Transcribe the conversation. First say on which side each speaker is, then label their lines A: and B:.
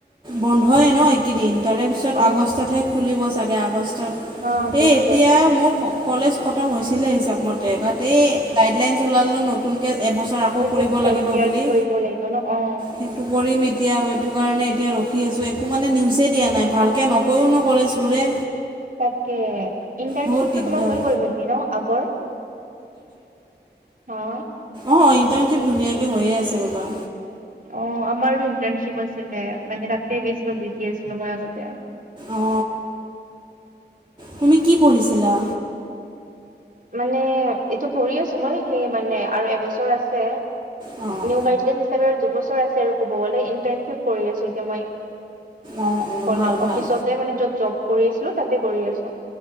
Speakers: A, on the right; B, on the right.
A: বন্ধই ন এই কেইদিন তাৰে পিছত
B: অ
A: আগষ্টতহে খুলিব চাগে, আগষ্টত।
B: হা আগষ্টত
A: সেই এতিয়া মোৰ কলেজ খটম হৈছিলেই হিচাপমতে, বাট এই গাইডলাইনছ ওলাল ন নতুনকে এবছৰ আকৌ
B: সেইটো
A: কৰিব
B: ফৰ্থ
A: লাগিব
B: ইয়াৰ
A: বুলি
B: কৰিব লাগিব ন অ।
A: সেইটো কৰিম এতিয়া সেইটো কাৰণে এতিয়া ৰখি আছোঁ একো মানে নিউজেই দিয়া নাই। ‌ভালকৈ নকৈও ন কলেজবোৰে।
B: <unintelligible> তাকে ইণ্টাৰ্নশ্বিপটো
A: বহুত দিগদাৰ
B: তোমাৰ হৈ গ'ল মে বি ন আগৰ। হা।
A: অ ইণ্টাৰ্ণশ্বিপ ধুনীয়াকৈ হৈয়ে আছে ৰ'বা।
B: অ আমাৰো ইণ্টাৰ্ণশ্বিপ আছিলে, মানে তাতে বেছিভাগ বিজি আছিলো মই আগতে।
A: অ, তুমি কি পঢ়িছিলা?
B: মানে এইটো পঢ়ি আছো মই, সেই মানে আৰু এবছৰ আছে।
A: অঁ
B: নিউ গাইডলাইনছ হিচাপে দুবছৰ আছে আৰু কব গ'লে। ইন্টাৰশ্বিপ কৰি আছোঁ এতিয়া মই।
A: অঁ অঁ ভাল ভাল
B: অফিচতে মানে য'ত জব কৰি আছিলো, তাতে কৰি আছো।